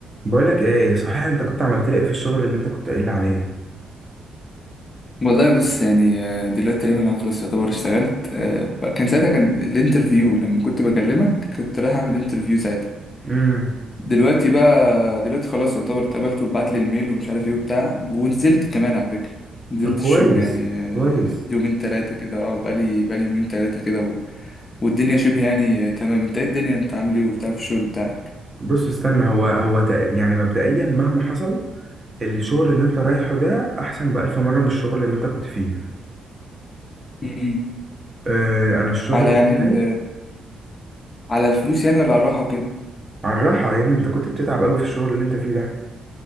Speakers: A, on the right (about 30°); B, on the left (about 35°).
A: بقولك ايه صحيح انت كنت عملت لي ايه في الشغل اللي انت كنت قايل لي عليه
B: والله بص يعني آه، دلوقتي تقريبا انا خلاص يعتبر اشتغلت آه، بقى- كان ساعتها كان الانترفيو لما كنت بكلمك كنت رايح اعمل انترفيو ساعتها
A: امم
B: دلوقتي بقى دلوقتي خلاص يعتبر اتقبلت وبعت لي الميل ومش عارف ايه وبتاع ونزلت كمان على فكرة نزلت
A: طب كويس
B: الشغل يعني آه،
A: كويس
B: يومين تلاتة كده اه بقالي بقالي يومين تلاتة كده و... والدنيا شبه يعني آه، تمام انت ايه الدنيا انت عامل ايه وبتاع في الشغل بتاعك
A: بص استنى هو هو تق- يعني مبدئيا مهما حصل الشغل اللي انت رايحه ده احسن بألف مرة من الشغل اللي انت كنت فيه
B: مم.
A: اه انا الشغل
B: على يعني
A: بتاعي
B: ال... على الفلوس يعني ولا على الراحة وكده
A: على الراحة يا ابني انت كنت بتتعب قوي في الشغل اللي انت فيه ده